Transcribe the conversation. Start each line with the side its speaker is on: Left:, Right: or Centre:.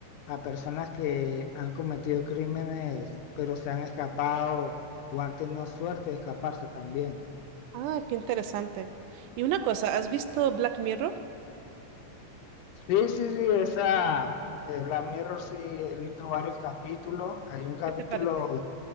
Left: a personas que han cometido crímenes, pero se han escapado o han tenido suerte de escaparse también.
Right: Ah, qué interesante. Y una cosa, ¿has visto Black Mirror?
Left: Sí, sí, sí, esa eh, Black Mirror sí he visto varios capítulos. Hay un capítulo
Right: ¿Qué te parece?